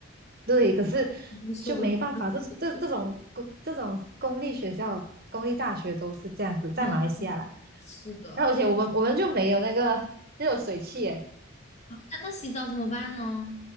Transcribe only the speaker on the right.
对，可是就没办法，
这这这种公这种公立学校、公立大学都是这样子，在马来西亚啦。
然后而且我们我们就没有那个热水器，诶，